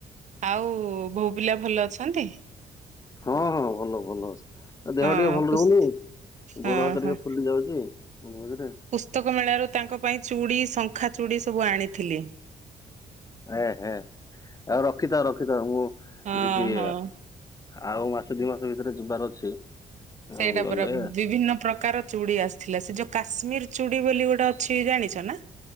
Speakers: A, on the right; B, on the left.
A: ଆଉ ବୋହୂପିଲା ଭଲ ଅଛନ୍ତି?
B: ହଁ ହଁ ଭଲ ଭଲ ଅଛନ୍ତି।
A: ହଁ
B: ଆଉ ଦେହ ଟିକେ ଭଲ
A: ପୁସ୍
B: ରହୁନି,
A: ହଁ
B: ଗୋଡ ହାତ
A: ହଁ।
B: ଟିକେ ଫୁଲି ଯାଉଛି ମଝୀ ମଝିରେ।
A: ପୁସ୍ତକ ମେଳାରୁ ତାଙ୍କ ପାଇଁ ଚୁଡି, ଶଙ୍ଖା ଚୁଡି ସବୁ ଆଣିଥିଲି।
B: ଏ ହେ ଆଉ ରଖିଥାଅ, ରଖିଥାଅ ମୁଁ
A: ହଁ
B: ଯିବି।
A: ହଁ
B: ଆଉ ମାସେ ଦି ମାସେ ଭିତରେ ଯିବାର ଅଛି। ହଁ
A: ସେଇଟା
B: ଗଲେ
A: ପରା ବିଭିନ୍ନ ପ୍ରକାର ଚୁଡ଼ି ଆସିଥିଲା, ସେ ଯୋଉ କାଶ୍ମୀର ଚୁଡି ବୋଲି ଗୋଟେ ଅଛି ଜାଣିଛ ନା?